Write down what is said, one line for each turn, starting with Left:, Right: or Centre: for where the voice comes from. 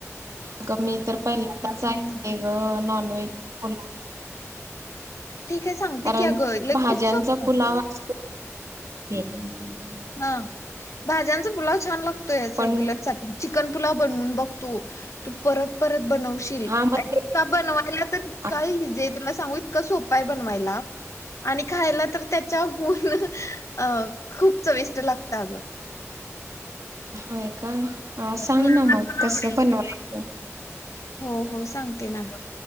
Right: अग मी तर पहिल्या त असं
Left: बनवायचा.
Right: ऐकते ग नॉनव्हेज हॅलो
Left: ठीक आहे सांगते
Right: कारण
Left: की अगं लय
Right: भाज्यांचा
Left: खूप सोपं आहे
Right: पुलावा अस <unintelligible> <inaudible>
Left: हा भाज्यांचा पुलाव छान लागतोय
Right: पण
Left: रेग्युलर साठी चिकनपुलाव बनवून बघतो तू तू परत परत बनवशील
Right: हा मग
Left: आणि
Right: ते
Left: का बनवायला तर
Right: आ,
Left: काय इझी तुला सांगू इतक सोपाय बनवायला आणि खायला तर त्याच्याहून हा हा खूप चवीस्ट लागत अगं
Right: होय का आ सांग
Left: मुलांना
Right: ना मग
Left: पण
Right: कसं
Left: आवडेल
Right: बनवायचं
Left: हो हो सांगते ना ग